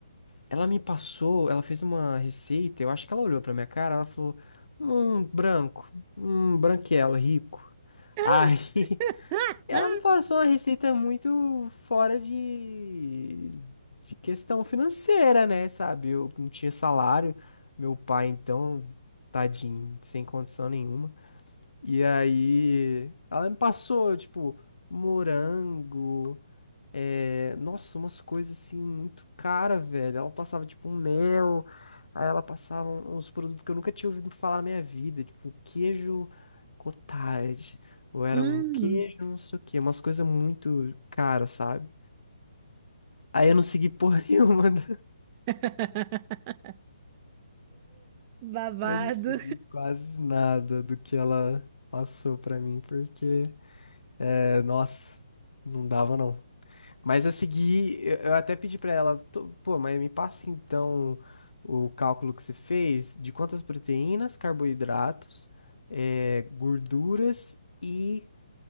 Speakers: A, on the left (about 80°); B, on the right (about 25°).
A: ela me passou, ela fez uma receita, eu acho que ela olhou pra minha cara, ela falou: "Hum, branco, hum, branquelo, rico".
B: <laughs> Ah,
A: Aí, <laughs> ela
B: ah.
A: me passou uma receita muito fora de de questão financeira, né, sabe? Eu não tinha salário, meu pai então, tadinho, sem condição nenhuma. E aí, ela me passou, tipo, morango, é... nossa, umas coisas assim muito cara, velho. Ela passava, tipo, um mel, aí ela passava um- uns produtos que eu nunca tinha ouvido falar na minha vida, tipo, um queijo cottage, ou era
B: Hum.
A: um queijo, não sei o quê, umas coisas muito caras, sabe? Aí eu não segui porra <laughs> nenhuma, né?
B: <laughs> Babado.
A: eu não segui quase nada do que ela passou pra mim, porque, é, nossa, não dava não. Mas eu segui, eu eu até pedi pra ela, "Tô- pô, mas me passa então o cálculo que você fez de quantas proteínas, carboidratos, eh, gorduras e